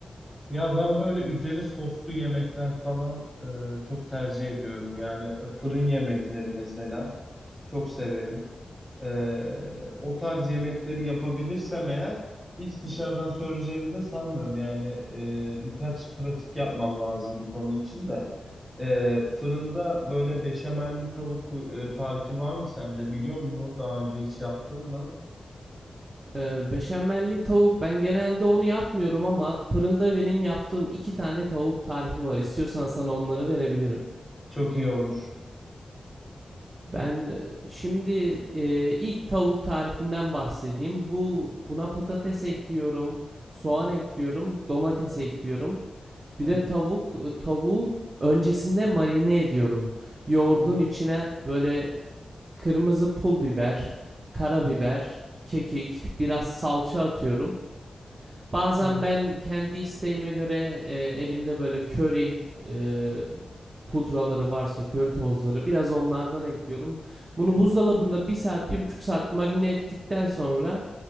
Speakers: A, in the centre; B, on the right.
A: Ya ben böyle üzeri soslu yemekler falan e, çok tercih ediyorum. Yani e, fırın yemekleri mesela çok severim. E, o tarz yemekleri yapabilirsem eğer hiç dışarıdan söyleyeceğimi de sanmıyorum. Yani e, birkaç pratik yapmam lazım bu konu için de. E, fırında böyle beşamelli tavuk e, tarifi var mı sende biliyor musun? Daha önce hiç yaptın mı?
B: Ee, beşamelli tavuk ben genelde onu yapmıyorum ama fırında benim yaptığım iki tane tavuk tarifi var. İstiyorsan sana onları verebilirim.
A: Çok iyi olur.
B: Ben e, şimdi e, ilk tavuk tarifinden bahsedeyim. Bu buna patates ekliyorum, soğan ekliyorum, domates ekliyorum.
A: Hı
B: Bir de tavuk e, tavuğu öncesinde marine ediyorum. Yoğurdun
A: hı
B: içine böyle kırmızı pul biber, karabiber, kekik, biraz salça atıyorum. Bazen
A: hı.
B: ben kendi isteğime göre, eee, elimde böyle köri, eee, pudraları varsa köri tozları biraz onlardan ekliyorum. Bunu buzdolabında bir saat, bir buçuk saat marine ettikten sonra